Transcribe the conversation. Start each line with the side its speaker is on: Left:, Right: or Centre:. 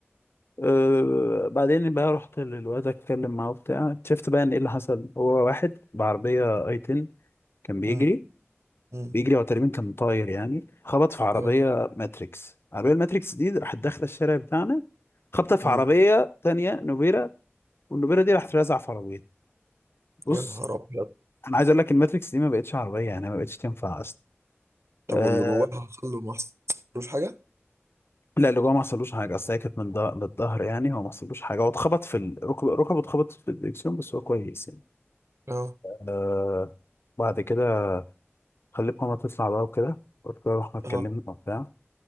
Left: أه بعدين بقى رحت للواد اتكلم معاه وبتاع شفت بقى ان ايه اللي حصل هو واحد بعربيه اي 10 كان بيجري
Right: امم امم
Left: بيجري هو تقريبا كان طاير يعني خبط في عربية
Right: اه
Left: ماتريكس عربية الماتريكس دي راحت داخلة الشارع بتاعنا خبطة في
Right: امم
Left: عربية تانية نوبيرا والنوبيرا دي راحت رازعة في عربية بص
Right: يا نهار ابيض
Left: أنا عايز أقول لك الماتريكس دي ما بقتش عربية يعني ما بقتش تنفع أصلا
Right: طب
Left: أه
Right: واللي جواها حصل له ما حصلوش حاجه
Left: لا اللي جوه ما حصلوش حاجة أصل هي كانت من ض- من الظهر يعني هو ما حصلوش حاجة هو اتخبط في ال- ركب ركبه اتخبط في الدركسيون بس هو كويس يعني
Right: اه
Left: أه بعد كده خليت ماما تطلع بقى وكده قلت لها رحنا اتكلمنا
Right: اه
Left: وبتاع